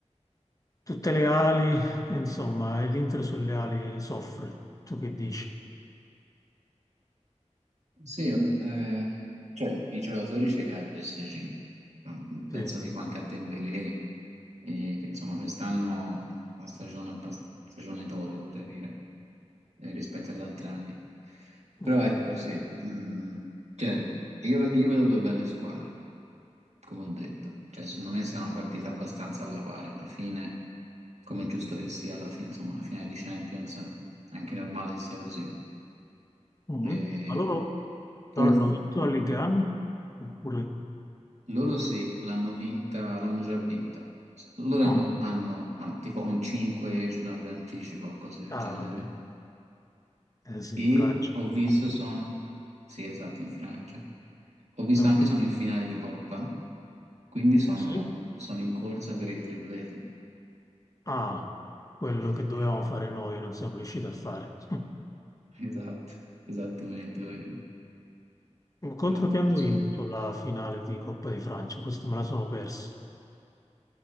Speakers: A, on the left (about 30°); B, on the right (about 65°).
A: tutte le ali, insomma, e l'Inter sulle ali soffre. Tu che dici?
B: Sì, eh, cioè, i giocatori ce li ha il PSG. Mm,
A: Sì.
B: Penso tipo anche a Dembélé, eh, che insomma quest'anno è una stagione, abbast- stagione d'oro, vorrei dire, eh, rispetto agli altri anni.
A: Mhm.
B: Però ecco, sì, mm, cioè, io, io vedo due belle squadre, come ho detto. Cioè, secondo me sarà una partita abbastanza alla pari alla fine, come è giusto che sia alla fine, insomma, la finale di Champions, è anche normale che sia così.
A: Mhm.
B: E
A: Ma loro, loro
B: forse.
A: hanno vinto la Ligue 1? Oppure...
B: Loro sì, l'hanno vinta, l'hanno già vinta. Loro
A: oh,
B: hanno, hanno- hanno tipo con 5 giornate d'anticipo, cose del
A: Ah,
B: genere.
A: vabbè, eh sì,
B: E
A: in Francia
B: ho
A: comunque
B: visto sono... Sì, esatto, in Francia. Ho visto
A: è un
B: anche sono in finale di Coppa, quindi sono,
A: Sì?
B: sono in corsa per il triplete.
A: Ah, quello
B: <laughs>
A: che dovevamo fare noi non siamo riusciti a fare. <laughs>
B: Esatto, esattamente quello.
A: Contro
B: Però,
A: che hanno
B: insomma,
A: vinto la finale di Coppa di Francia? Questo me la sono persa.